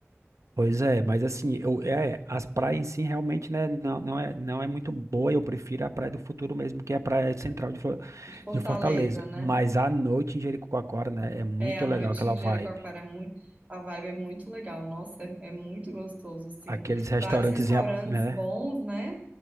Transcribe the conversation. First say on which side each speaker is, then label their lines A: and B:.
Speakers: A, on the right; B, on the right.
A: Pois é, mas assim, eu, é, as praias em si realmente, né, não, não é, não é muito boa, eu prefiro a Praia do Futuro mesmo, que é a Praia Central de, Flo-
B: de Fortaleza,
A: de Fortaleza,
B: né?
A: mas à noite em Jericoacoara, né, é muito
B: É, a noite
A: legal aquela
B: em
A: vibe,
B: Jericoacoara é muito, a vibe é muito legal, nossa, é, é muito gostoso, assim.
A: aqueles restaurantes,
B: Vários restaurantes
A: em né,
B: bons, né?